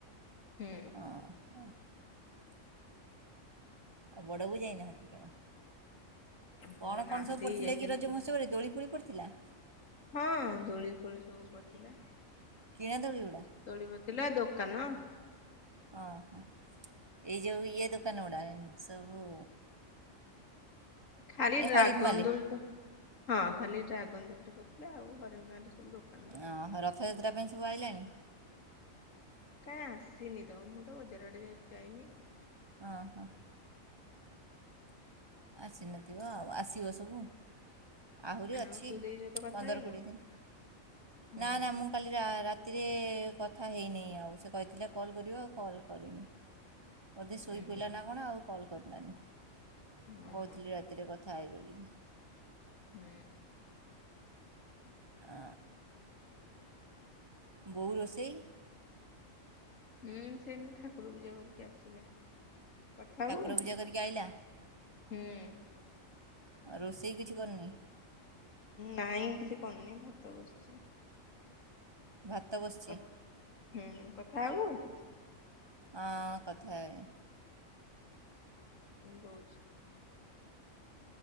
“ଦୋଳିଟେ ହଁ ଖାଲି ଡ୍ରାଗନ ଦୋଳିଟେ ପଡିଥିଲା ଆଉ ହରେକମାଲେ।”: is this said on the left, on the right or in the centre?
Left